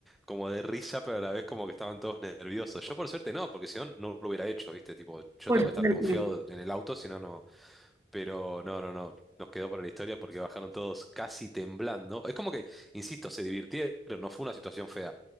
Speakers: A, in the centre; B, on the right (about 15°).
A: como de risa, pero a la vez como que estaban todos nerviosos. Yo por suerte no, porque si no, no lo hubiera hecho, viste, tipo, yo
B: <laughs> Por
A: tengo que estar
B: suerte.
A: confiado en el auto, si no, no. Pero no, no, no. Nos quedó para la historia porque bajaron todos casi temblando. Es como que, insisto, se divirtieron, no fue una situación fea,